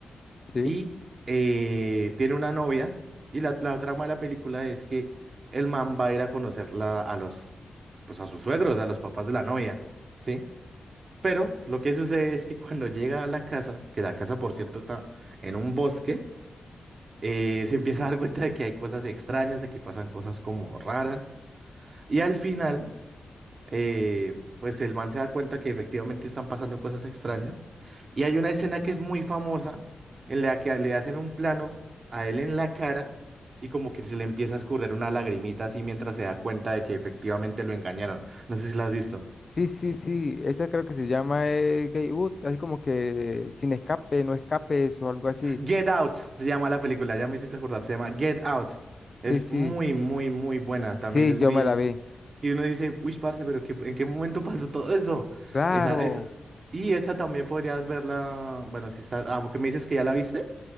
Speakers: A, on the left; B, on the right.
A: sí.
B: Y eh, tiene una novia y la, la trama de la película es que el man va a ir a conocer la- a los, pues a sus suegros, a los papás de la novia, ¿sí? Pero lo que sucede es que cuando llega a la casa, que la casa por cierto está en un bosque, eh, se empieza a dar cuenta de que hay cosas extrañas, de que pasan cosas como raras. Y al final, eh, pues el man se da cuenta que efectivamente están pasando cosas extrañas. Y hay una escena que es muy famosa en la que le hacen un plano a él en la cara y como que se le empieza a escurrir una lagrimita así mientras se da cuenta de que efectivamente lo engañaron. No sé si la has visto.
A: Sí, sí, sí. Esa creo que se llama eh, Gay Ut, así como que sin escape, no escapes o algo así.
B: Get Out se llama la película, ya me hiciste acordar, se llama Get Out.
A: Sí,
B: Es
A: sí.
B: muy, muy, muy buena. También
A: Sí,
B: es
A: yo
B: muy
A: me la vi.
B: Y uno dice, uy, parce, pero qué- ¿en qué momento pasó todo eso?
A: Claro.
B: Esa, es y esa también podrías verla, bueno, si está, ah, porque me dices que ya la viste.